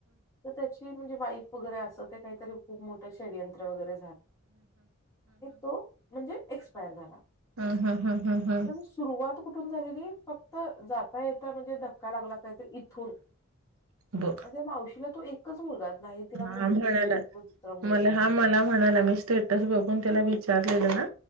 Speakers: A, on the left (about 15°); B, on the right (about 85°).
A: तर त्याची म्हणजे वाईफ वगैरे असं ते काहीतरी खूप मोठंषयंत्र वगैरे. तो म्हणजे एक्यर झाला.
B: हम् हम् हम् हम हम्.
A: पण सुरुवात कुठून झाली की फक्त जाता येता म्हणजे धक्का लागला. कायत इथूर
B: बघ
A: आणि त्या मावशीला तो एकच मुलगा. नाही तिला
B: हा
A: मुलगी
B: म्हणाला
A: आहे नाही तिला. मुलगा
B: मला
A: आहे
B: हा मला म्हणाला मी स्टेटस बघून त्याला विचारलेलं ना.